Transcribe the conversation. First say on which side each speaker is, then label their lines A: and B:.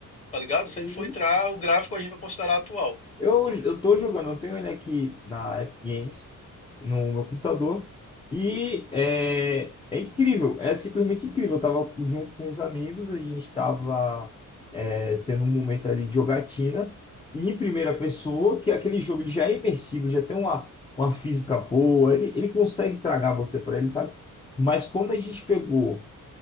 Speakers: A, on the left; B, on the left.
A: tá ligado?
B: sim,
A: Se a gente for entrar, o gráfico a gente vai considerar atual.
B: Eu, eu tô jogando, eu tenho ele aqui na Epic Games, no meu computador, e é, é incrível, é simplesmente incrível. Eu tava junto com os amigos, a gente tava é, tendo um momento ali de jogatina, e em primeira pessoa, que é aquele jogo ele já é imersivo, já tem uma, uma física boa, ele, ele consegue tragar você pra ele, sabe? Mas quando a gente pegou